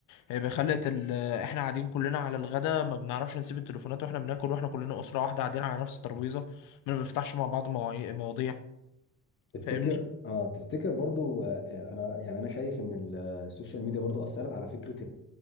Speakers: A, on the left (about 85°); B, on the left (about 40°).
A: هيبقى خلت ال... إحنا قاعدين كلنا على الغدا ما بنعرفش نسيب التليفونات وإحنا بناكل وإحنا كلنا أسرة واحدة قاعدين على نفس الترابيزة ما بنفتحش مع بعض مواعي- مواضيع
B: تفتكر
A: فاهمني؟
B: اه تفتكر برضو آه، آه، انا يعني انا شايف ان السوشيال ميديا برضو اثرت على فكره